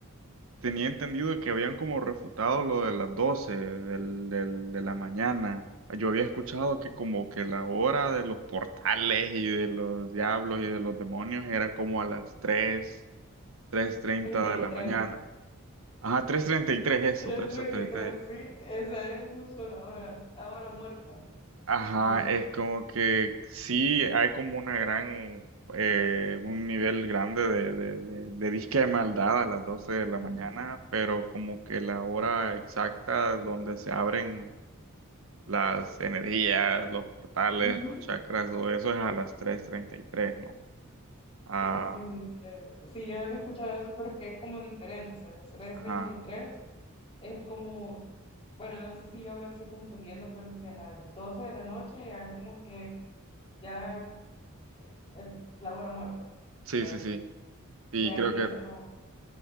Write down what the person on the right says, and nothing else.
Tenía entendido que habían como refutado lo de las 12 del, del- de la mañana. Yo había escuchado que como que la hora de los portales y de los diablos y de los demonios era como a las tres tres treinta
de la mañana. Ajá, tres treinta y tres eso,
tres treinta y tres.
Ajá,
es como que sí hay como una gran, eh, un nivel grande de, de, de, de disque de maldad a las 12 de la
mañana, pero como que la hora exacta donde se abren las energías, los portales,
los chakras, todo eso es a las tres treinta y tres, ¿no? Ah,
ajá.
Sí,
sí, sí. Y
creo
que